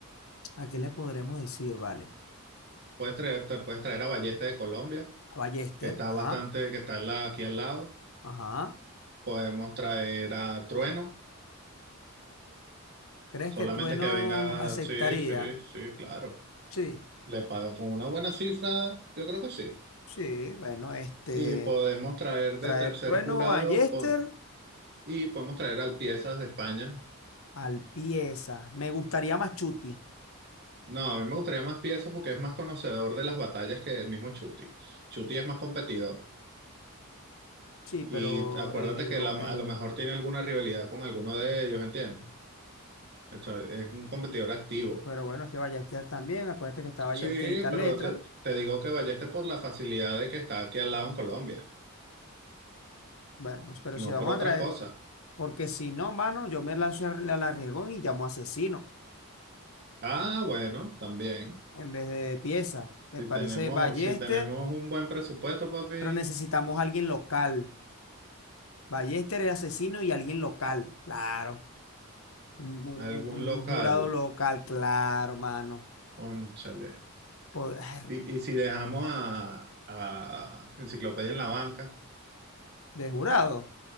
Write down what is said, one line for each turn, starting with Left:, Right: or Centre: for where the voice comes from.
Left: ¿A quién le podremos decir, vale?
Right: Puedes traer, te puedes traer a Ballesta de Colombia,
Left: A Ballester.
Right: que está
Left: Ajá.
Right: bastante, que está al lado- aquí al lado.
Left: Ajá.
Right: Podemos traer a Trueno,
Left: ¿Crees
Right: solamente
Left: que Trueno
Right: que venga,
Left: aceptaría?
Right: sí, sí, sí, claro.
Left: Sí.
Right: Le pagan con una buena cifra, yo creo que sí.
Left: Sí, bueno, este,
Right: Y podemos traer de
Left: traer
Right: tercer
Left: Trueno
Right: jurado
Left: Ballester
Right: po- y podemos traer al Piezas de España.
Left: al pieza. Me gustaría más Chuti.
Right: No, a mí me gustaría más Piezas porque es más conocedor de las batallas que el mismo Chuti. Chuti es más competidor.
Left: Sí, pero
Right: Y acuérdate
Left: en, en
Right: que
Left: co-
Right: la- a
Left: en-
Right: lo mejor tiene alguna rivalidad con alguno de ellos, ¿entiendes? O sea, es un competidor activo.
Left: pero bueno, es que Ballester también, acuérdate que está Ballester
Right: Sí,
Left: y tal
Right: pero
Left: letra.
Right: te, te digo que vayas por la facilidad de que está aquí al lado en Colombia,
Left: Bueno, pero
Right: no
Left: si vamos
Right: por otra
Left: a traer,
Right: cosa.
Left: porque si no, mano, yo me lanzo al al arriesgón y llamo asesino
Right: Ah, bueno, también.
Left: en vez de pieza. Me
Right: Si
Left: parece
Right: tenemos,
Left: Ballester,
Right: si tenemos un buen presupuesto, papi,
Left: pero necesitamos a alguien local. Ballester es asesino y alguien local, claro. Un, un-
Right: algún
Left: un-
Right: local,
Left: un jurado local, claro, mano.
Right: cónchale.
Left: Pod- <sighs>
Right: Y, y si dejamos a, a Enciclopedia en la banca,
Left: De jurado.